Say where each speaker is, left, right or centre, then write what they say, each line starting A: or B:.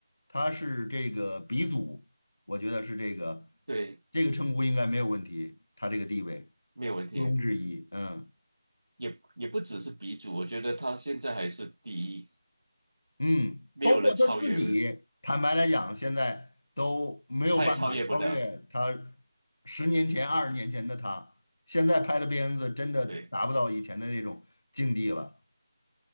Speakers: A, on the left; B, on the right.
A: 他是这个鼻祖，我觉得是这个
B: 对，
A: 这个称呼应该没有问题，他这个地位
B: 没有问题。
A: 毋庸置疑，嗯。
B: 也也不只是鼻祖，我觉得他现在还是第一，
A: 嗯，
B: 没有人超越，
A: 包括他自己，坦白来讲，现在都没有办法超越他
B: 他也超越不了。
A: 十年前、二十年前的他。现在拍的片子真的达不到以前的那种境地了。
B: 对，